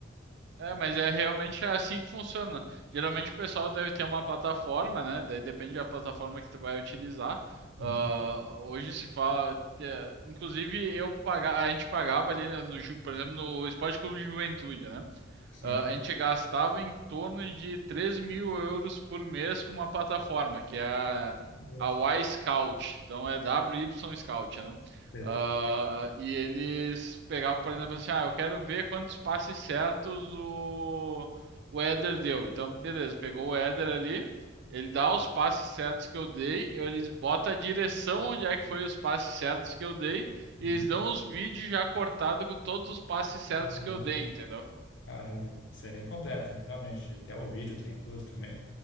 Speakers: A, on the right; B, on the left.
A: É, mas é realmente assim que funciona. Geralmente o pessoal deve ter uma plataforma, né? Daí depende da plataforma que tu vai utilizar. Ah,
B: Uhum.
A: hoje se fala, é, inclusive eu paga, a gente pagava ali né, no, Ju- por exemplo, no Esporte Clube de Juventude, né?
B: Sim.
A: Ah, a gente gastava em torno de três mil euros por mês com uma plataforma, que é a,
B: Primeiro,
A: a Y Scout. Então é WY Scout, né?
B: sei.
A: Ah, e eles pegavam, por exemplo, assim: ah, eu quero ver quantos passes certos o, o Éder deu. Então, beleza, pegou o Éder ali, ele dá os passes certos que eu dei, eles botam a direção onde é que foi os passes certos que eu dei,
B: Uhum.
A: e eles dão os vídeos já cortados com todos os passes certos
B: Caramba,
A: que eu dei, entendeu?
B: caramba, isso é bem completo, realmente. Até o vídeo tá incluso também.